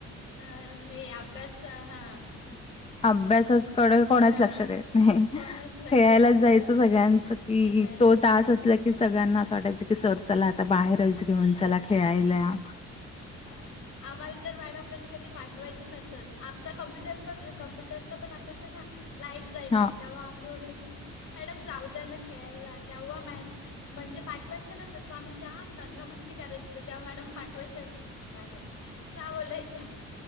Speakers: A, on the left; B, on the left.
A: अ हे अभ्यास त हा.
B: <inaudible> अभ्यासाकड कोणाच
A: हां
B: लक्ष देत नाही.
A: कोणच लक्ष
B: खेळायलाच
A: नव्हतं
B: जायचं
A: देत
B: सगळ्यांचं हं
A: खेळायला
B: हं. तो तास
A: हां
B: असला कि सगळ्यांना असं वाटायचं की सर चला आता बाहेरच घेऊन चला खेळायला.
A: हा, आम्हाला तर मॅडम कधी कधी पाठवायचे नसत. आमचा कम्प्युटर पण कम्प्युटरचा पण असायचं ना. लाईट जायची
B: हा
A: तेव्हा आम्ही बोलायचोच मॅडम जाऊ द्या न खेळायला. तेव्हा मॅ म्हणजे पाठवायचे नसत प आम्ही जाम दंगा मस्ती करायचो. तेव्हा मॅडम पाठवायच्या बाहेर, जा बोलायच्या.